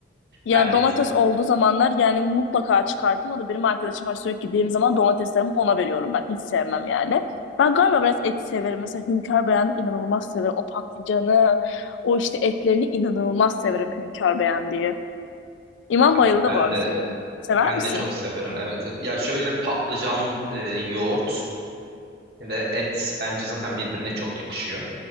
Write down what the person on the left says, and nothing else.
Yani
domates
olduğu zamanlar yani mutlaka çıkardım. O da benim arkadaşım var sürekli gittiğim zaman domateslerimi ona veriyorum. Ben hiç sevmem yani. Ben galiba biraz et severim. Mesela Hünkar Beyan'ı inanılmaz severim. O patlıcanı, o işte etlerini inanılmaz severim Hünkar Beyan diye. İmam
Bayıl'ı
da bu arada
severim. Sever
misin?